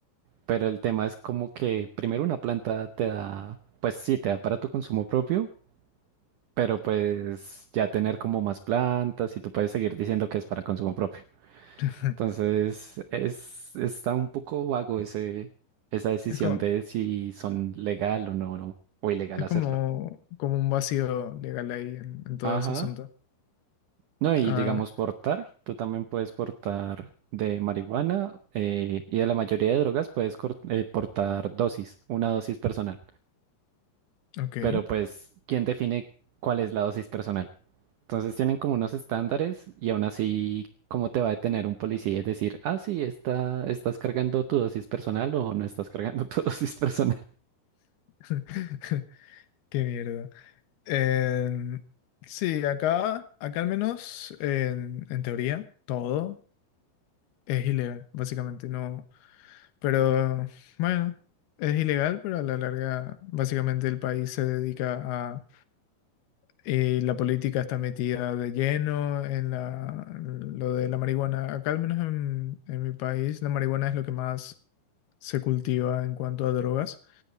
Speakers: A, on the right; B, on the left.
A: pero el tema es como que primero una planta te da, pues sí, te da para tu consumo propio, pero pues ya tener como más plantas y tú puedes seguir diciendo que es para consumo propio.
B: <laughs>
A: Entonces, es, está un poco vago ese, esa decisión
B: Es como,
A: de si son legal o no, o ilegal
B: es
A: hacerlo.
B: como, como un vacío legal ahí en, en todo
A: Ajá.
B: ese asunto.
A: No, y
B: Ah,
A: digamos portar, tú también puedes portar de marihuana eh, y de la mayoría de drogas puedes cor- eh, portar dosis, una dosis personal.
B: ok.
A: Pero pues, ¿quién define cuál es la dosis personal? Entonces tienen como unos estándares y aún así, ¿cómo te va a detener un policía y decir, ah, sí, está, estás cargando tu dosis personal o no estás cargando tu <laughs> dosis personal?
B: <laughs> Qué mierda. Em, sí, acá, acá al menos en, en teoría todo es ilegal, básicamente. No, Pero bueno, es ilegal, pero a la larga básicamente el país se dedica a... eh, la política está metida de lleno en la, lo de la marihuana. Acá al menos en, en mi país la marihuana es lo que más se cultiva en cuanto a drogas.